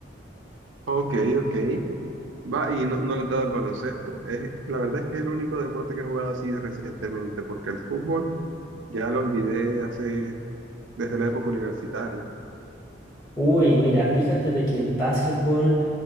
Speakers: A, on the right; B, on the left.
A: Ok, ok. Va, y no, no le he dado al baloncesto. Es, la verdad es que es el único deporte que he jugado así recientemente, porque el fútbol ya lo olvidé hace, desde la época universitaria.
B: Uy, mira, fíjate de que el básquetbol